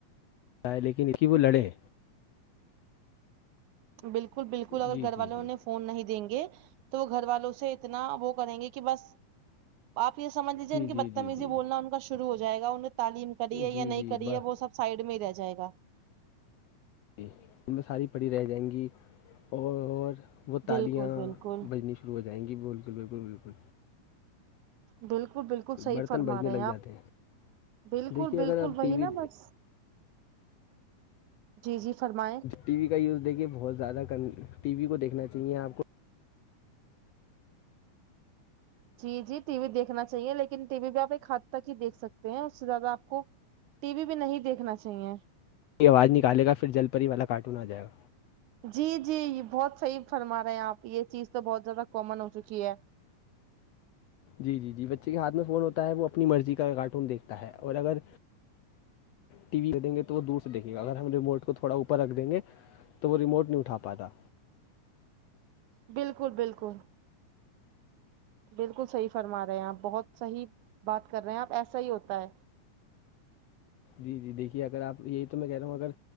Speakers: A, on the left; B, on the right.
A: تا ہے لیکن استی وہ لڑیں
B: بالکل بالکل اگر
A: جی
B: گھر
A: جی
B: والوں
A: جی
B: نے فون نہیں دیں گے تو وہ گھر والوں سے اتنا وہ کریں گے کہ بس آپ یہ سمجھ لیجیے
A: جی
B: کی
A: جی
B: بتمیزی
A: جی جی
B: بولنا ان کا شرع ہو جائے گا انہ تعلیم کری ہے یا
A: جی
B: نہیں
A: جی
B: کری
A: بس
B: ہے وہ سب سائڈ میں ہی رہ جائے گا
A: ان میں ساری پڑھی رہ جائیں گی اور وہ تالیاں
B: بالکل بالکل
A: بجنی رو جائیں گی بول کے بالکل بالکل
B: بالکل بالکل صحی
A: برتن
B: فرما
A: بجنے
B: رہے
A: لگ
B: ہیں
A: جاتے
B: آپ بالکل
A: دیکھیے
B: بالکل
A: اگر آپ
B: وہی
A: ٹی وی
B: نا بس جی جی فرمائیں
A: ٹی وی کا یوز دیکھیے بہت زیادہ کر ٹی وی کو دیکھنا چاہیے آپ کو
B: جی جی ٹی وی دیکھنا چاہیے لیکن ٹی وی بھی آپ ایک حد تک ہی دیکھ سکتے ہیں اس سے زیادہ آپ کو ٹی وی بھی نہیں دیکھنا چاہیے
A: یہ آواز نکالے گا پھر جل پری ہی والا کارٹون آ جائے گا
B: جی جی یہ بہت صحیح فرما رہے ہیں آپ یہ چیز تو بہت زیادہ کامن ہو چکی ہے
A: جی جی جی بچے کے ہاتھ میں فون ہوتا ہے وہ اپنی مرضی کا کارٹون دیکھتا ہے اور اگر ٹی وی دیں گے تو وہ دور دیکھیں گا اگر ہم رموٹ کو تھوا اوپر رکھ دیں گے تو وہ ریموٹ نہیں اٹھا پاتا
B: بالکل بالکل بالکل صحیح فرما رہے ہیں آپ بہت صحیح بات کر رہے ہیں آپ ایسا ہی ہوتا ہے
A: جی جی دیکھیے اگر آپ یہی تو میں کہہ رہا ہوں اگر